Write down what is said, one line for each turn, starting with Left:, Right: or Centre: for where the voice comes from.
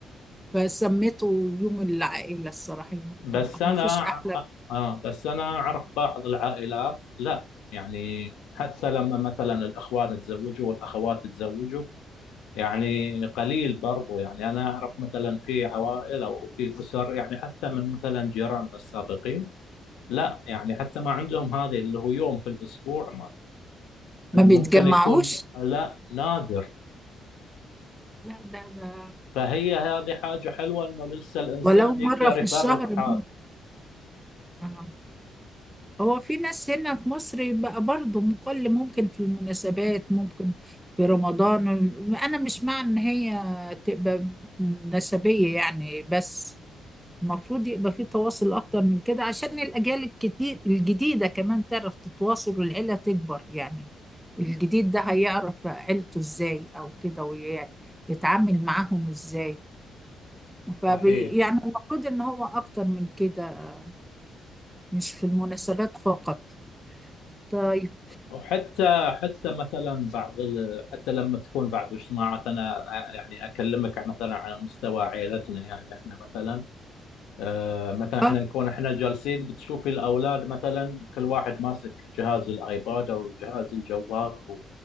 Centre: فسميته يوم العائلة الصراحة يوم
Left: بس
Centre: الجمعة
Left: انا
Centre: ما فيش أحلى
Left: اه بس انا اعرف بعض العائلات لا يعني حتى لما مثلا الاخوان تزوجوا والاخوات تزوجوا يعني قليل برضو يعني انا اعرف مثلا في عوائل او في اسر يعني حتى من مثلا جيراننا السابقين لا يعني حتى ما عندهم هذه اللي هو يوم في الاسبوع
Centre: ما بيتجمعوش
Left: ممكن يكون لا نادر
Centre: لا ده ده
Left: فهي هذه حاجة حلوة انه لسه الانسان
Centre: ولو مرة
Left: يقدر
Centre: في
Left: يفرغ
Centre: الشهر
Left: حاله
Centre: ممكن آه. هو في ناس هنا في مصر بقى برضه مقل ممكن في المناسبات ممكن في رمضان أنا مش مع إن هي تبقى مناسبية يعني بس المفروض يبقى في تواصل أكتر من كده عشان الأجيال الكتير الجديدة كمان تعرف تتواصل والعيلة تكبر يعني الجديد ده هيعرف عيلته إزاي أو كده ويتعامل معاهم إزاي فبي
Left: صحيح
Centre: يعني المفروض ان هو اكتر من كده مش في المناسبات فقط طيب
Left: وحتى حتى مثلا بعض ال... حتى لما تكون بعض الاجتماعات انا يعني اكلمك مثلا على مستوى عائلتنا يعني احنا مثلا آه، مثلا احنا
Centre: آه،
Left: نكون احنا جالسين بتشوفي الاولاد مثلا كل واحد ماسك جهاز الايباد او جهاز الجوال وهو-